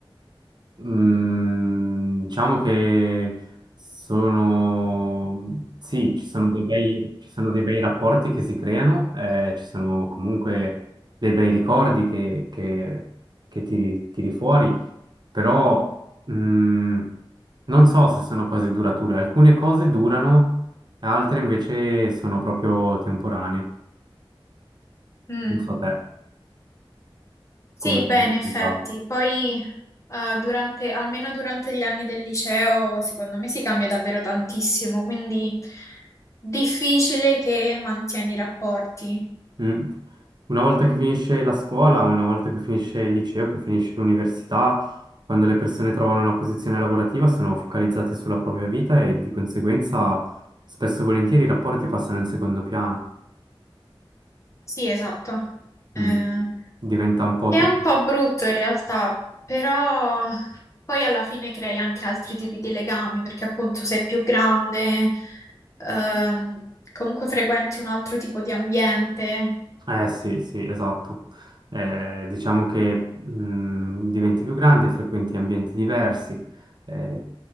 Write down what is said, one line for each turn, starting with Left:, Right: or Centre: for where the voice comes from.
Right: Mm, diciamo che sono, sì, ci sono dei bei, ci sono dei bei rapporti che si creano, eh, ci sono comunque dei bei ricordi che, che- che tiri, tiri fuori, però mm, non so se sono cose durature. Alcune cose durano, altre invece sono proprio temporanee.
Left: Mm.
Right: Non so te
Left: Sì,
Right: come... lo
Left: beh, in effetti,
Right: pensavi.
Left: poi eh, durante, almeno durante gli anni del liceo, secondo me si cambia davvero tantissimo, quindi difficile che mantieni i rapporti.
Right: Mm. Una volta che finisce la scuola, una volta che finisce il liceo, che finisce l'università, quando le persone trovano una posizione lavorativa sono focalizzate sulla propria vita e di conseguenza spesso e volentieri i rapporti passano in secondo piano.
Left: Sì, esatto. Eh,
Right: Mm. Diventa un po'
Left: Che
Right: tutto.
Left: è un po' brutto in realtà, però poi alla fine crei anche altri tipi di legami, perché appunto sei più grande, ehm, comunque frequenti un altro tipo di ambiente.
Right: Eh sì, sì, esatto. Eh, diciamo che mh, diventi più grande, frequenti ambienti diversi, eh,